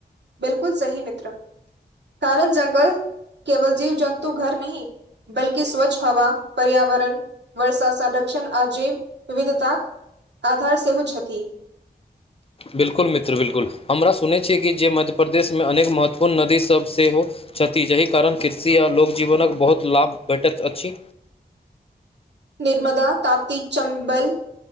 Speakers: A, on the right (about 85°); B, on the left (about 35°).
A: बिल्कुल सही मित्र, कारण जंगल केवल जीव जन्तु घर नहि। बल्कि स्वच्छ हवा, पर्यावरण। वर्षा संरक्षण आ जैव विविधताक आधार सेहो छथि।
B: बिल्कुल मित्र, बिल्कुल हमरा सुनै छी कि जे मध्य प्रदेश में अनेक महत्वपूर्ण नदी सभ सेहो। छथि, जाहि कारण कृषि आ लोकजीवनक बहुत लाभ भेटैत अछि।
A: नर्मदा, ताप्ति, चम्बल,